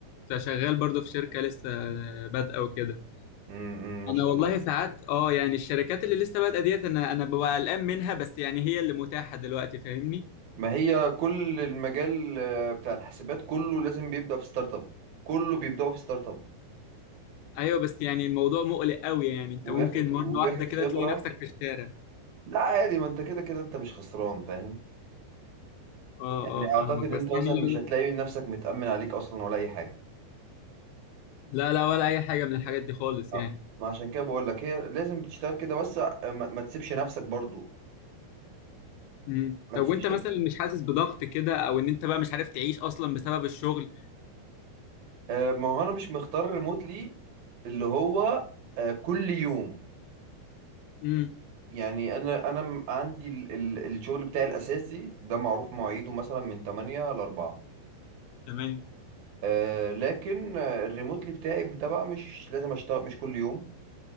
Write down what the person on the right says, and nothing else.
امم ما
شاء
الله
ما هي كل المجال آه، بتاع الحاسبات كله لازم بيبدأ في ستارت اب كله بيبدأوا في ستارت اب
وياخد
وبياخد
خبرة
لا عادي ما انت كده كده انت مش خسران فاهم
يعني
اعتقد
انت مثلا
مش
هتلاقي نفسك متأمن عليك اصلا ولا اي حاجة
اه
ما عشان كده بقول لك هي لازم بتشتغل كده بس آه، ما, ما تسيبش نفسك برضو
ما
تسيبش
آه، ما هو انا مش مختار ريموتلي اللي هو آه، كل يوم
يعني انا انا م- عندي ال ال الشغل بتاعي الاساسي ده معروف مواعيده مثلا من 8 ل 4
آه لكن آه، الريموتلي بتاعي ده بقى مش لازم اشتغل مش كل يوم